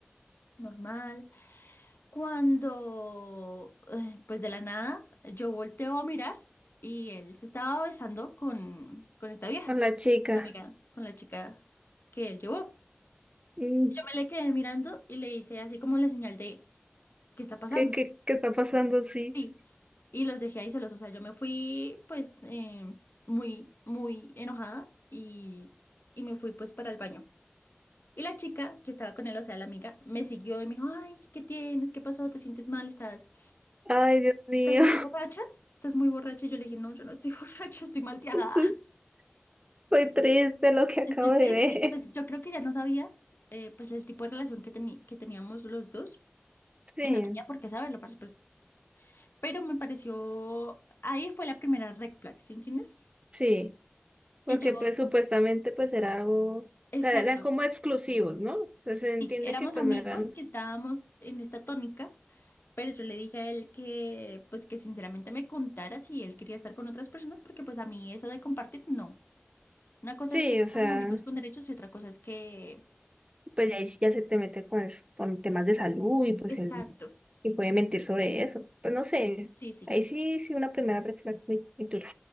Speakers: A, on the left; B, on the right.
A: normal. Cuando, eh, pues de la nada, yo volteo a mirar y él se estaba besando con, con esta vieja,
B: Con
A: con
B: la chica.
A: la amiga, con la chica que él llevó.
B: Mm,
A: Yo me le quedé mirando y le hice así como la señal de, ¿qué está pasando?
B: ¿Qué, qué, qué está pasando? Sí.
A: Y, y los dejé ahí solos. O sea, yo me fui pues eh, muy, muy enojada y, y me fui pues para el baño. Y la chica que estaba con él, o sea, la amiga, me siguió y me dijo, ay, ¿qué tienes? ¿Qué pasó? ¿Te sientes mal? ¿Estás,
B: Ay, Dios mío.
A: estás muy borracha? ¿Estás muy borracha? Y yo le dije, no, yo no estoy <laughs> borracha, estoy mal viajada,
B: <laughs> Estoy estoy triste lo que acabo
A: estoy triste.
B: de ver.
A: Pues yo creo que ya no sabía, eh, pues, el tipo de relación que, teni- que teníamos los dos
B: Sí,
A: y no tenía por qué saberlo, parce, pues, pero me pareció, ahí fue la primera red flag, ¿sí entiendes?
B: sí. Porque
A: Y yo,
B: pues supuestamente pues era algo, o
A: exacto,
B: sea, eran como exclusivos, ¿no? O sea, se entiende
A: Sí, éramos
B: que pues
A: amigos
B: no eran.
A: que estábamos en esta tónica, pero yo le dije a él que, pues que sinceramente me contara si él quería estar con otras personas, porque pues a mí eso de compartir, no. Una cosa
B: Sí,
A: es que
B: o sea,
A: seamos Sí. amigos con derechos y otra cosa es que...
B: pues ya, ahí sí ya se te mete con, es- con temas de salud y pues
A: Exacto.
B: el, y puede mentir sobre eso. Pues no sé.
A: Sí, sí.
B: Ahí sí, sí, una primera red flag muy, muy dura.